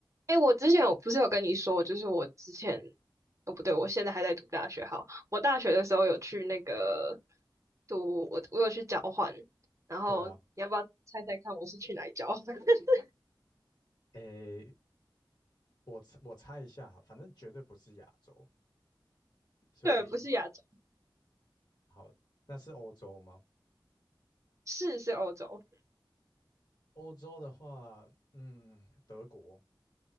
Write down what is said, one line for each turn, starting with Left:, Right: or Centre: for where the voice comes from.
Right: 哎，我之前我不是有跟你说，就是我之前哦不对，我现在还在读大学。哈。我大学的时候有去那个读，我我有去交换，然后你要不要猜猜看我是去哪里交换？
Left: 对啊，
Right: <laughs>
Left: 诶，我猜我猜一下，反正绝对不是亚洲，所以
Right: 对，不是亚洲，
Left: 好，那是欧洲吗？
Right: 是是欧洲。
Left: 欧洲的话，嗯，德国